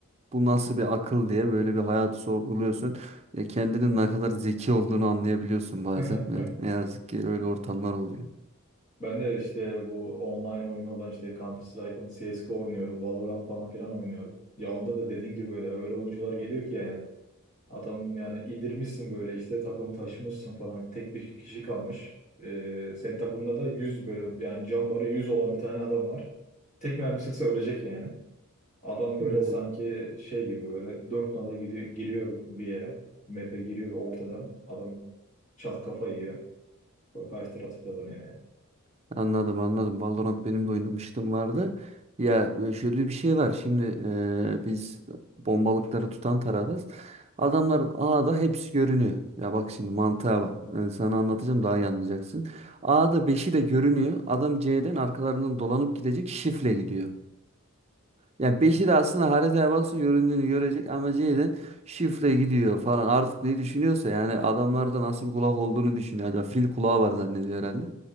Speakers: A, on the right (about 30°); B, on the left (about 35°).
A: bu nasıl bir akıl diye böyle bir hayatı sorguluyorsun. E, kendinin ne kadar zeki olduğunu anlayabiliyorsun bazen.
B: <laughs>
A: E, ne yazık ki öyle ortamlar oluyor.
B: Ben de işte bu online oyunu olan işte Counter Strike'ın CSGO oynuyorum. Valorant falan filan oynuyorum. Ya onda da dediğin gibi böyle öyle oyuncular geliyor ki yani. Adam yani indirmişsin böyle işte takımı taşımışsın falan. Tek bir kişi kalmış. Ee, senin takımda da 100 böyle yani can barı 100 olan bir tane adam var. Tek mermi sıksa ölecek yani. Adam böyle
A: Evet.
B: sanki şey gibi böyle dört nala gidiyor, giriyor bir yere. Map'e giriyor ve ortadan. Adam çat kafa yiyor. O karşı taraf kazanıyor yani.
A: Anladım anladım. Valorant benim de oynamıştım vardı. Ya e, şöyle bir şey var. Şimdi e, biz bombalıkları tutan tarafız. Adamların A'da hepsi görünüyor. Ya bak şimdi mantığa bak. E, sana anlatacağım daha iyi anlayacaksın. A'da beşi de görünüyor. Adam C'den arkalarından dolanıp gidecek şifle gidiyor. Yani beşi de aslında haritaya baksın göründüğünü görecek ama Jalen şifre gidiyor falan artık ne düşünüyorsa yani adamlarda nasıl bir kulak olduğunu düşünüyor. Acaba fil kulağı var zannediyor herhalde.